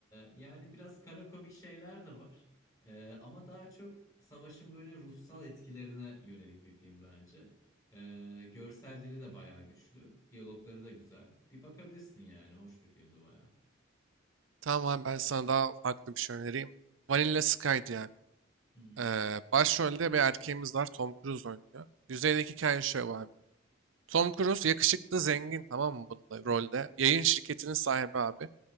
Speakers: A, on the left (about 20°); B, on the right (about 70°).
A: yani biraz kara komik şeyler de var. E, ama daha çok savaşın böyle ruhsal etkilerine yönelik bir film bence. Ee, görsel dili de bayağı güçlü. Diyalogları da güzel. Bir bakabilirsin yani. Hoş bir filmdi bayağı.
B: Tamam abi ben sana daha farklı bir şey önereyim. Vanilla Sky diye abi.
A: Hı hı.
B: Ee, başrolde bir erkeğimiz var. Tom Cruise oynuyor. Yüzeydeki hikaye şöyle abi. Tom Cruise yakışıklı zengin tamam mı bunda rolde. Yayın şirketinin sahibi abi.